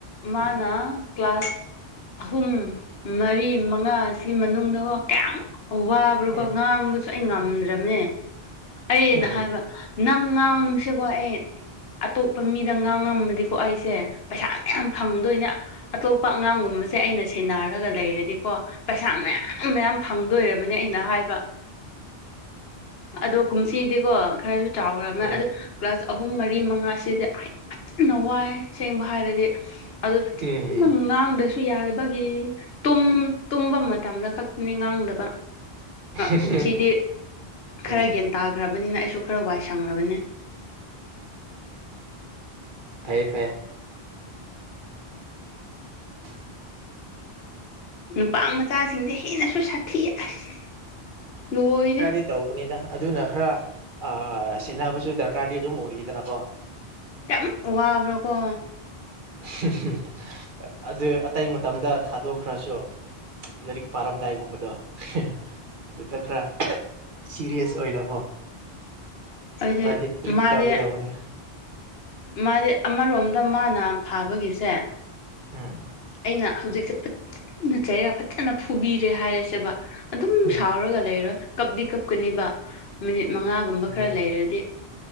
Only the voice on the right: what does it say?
ꯎꯝ
ꯎꯝ
ꯎꯝ
ꯎꯝ
ꯎꯝ
ꯎꯝ
ꯎꯝ
ꯐꯌꯦ ꯐꯌꯦ <inaudible>
ꯈꯔꯗꯤ ꯇꯧꯕꯅꯤꯗ ꯑꯗꯨꯅ ꯈꯔ ꯑ ꯁꯦꯠꯅꯕꯁꯨ ꯗꯔꯀꯥꯔꯗꯤ ꯑꯗꯨꯝ ꯑꯣꯏꯌꯦꯗꯅꯀꯣ
<unintelligible> ꯑꯗꯨ ꯑ ꯇꯩ ꯃꯇꯝꯗ ꯊꯥꯗꯣꯛꯈ꯭ꯔꯁꯨ ꯂꯥꯏꯔꯤꯛ ꯄꯥꯔꯝꯗꯥꯏꯒꯨꯝꯕꯗꯣ ꯍꯦꯍꯦ ꯑꯗꯨꯗ ꯈꯔ ꯁꯤꯔꯤꯌꯁ ꯑꯣꯏꯅꯀꯣ
ꯄꯗꯤ ꯇ꯭ꯔꯤꯠ
ꯇꯧꯒꯗꯧꯕꯅꯤ
ꯑꯝ
ꯎꯝ
ꯎꯝ